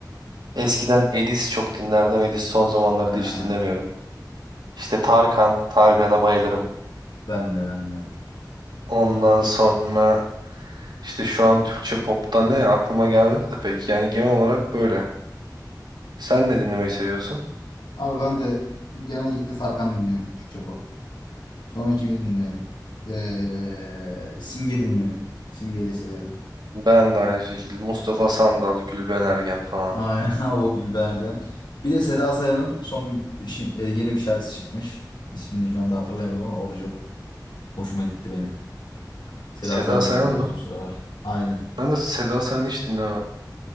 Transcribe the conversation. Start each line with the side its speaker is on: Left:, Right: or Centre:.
Right: Eskiden Edis çok dinlerdim. Edis son zamanlarda
Left: Ha,
Right: hiç dinlemiyorum. İşte Tarkan. Tarkan'a bayılırım.
Left: ben de ben de.
Right: Ondan sonra işte şu an Türkçe popta ne aklıma gelmedi de pek. Yani genel olarak böyle. Sen ne dinlemeyi seviyorsun?
Left: Abi ben de genellikle Tarkan dinliyorum Türkçe pop. Sonra kimi dinliyorum? Ee, Simge dinliyorum. Simge'yi de severim.
Right: Ben de aynı şekilde. Mustafa Sandal, Gülben Ergen falan.
Left: Aynen <laughs> o Gülbergen. Bir de Seda Sayan'ın son şi- e, yeni bir şarkısı çıkmış. İsmini şu anda hatırlayamadım ama o da çok hoşuma gitti benim. Seda
Right: Seda
Left: Sayan'ı
Right: Sayan
Left: da dinliyoruz
Right: mı?
Left: bu sıralar. Aynen.
Right: Ben de Seda Sayan'ı hiç dinlemem.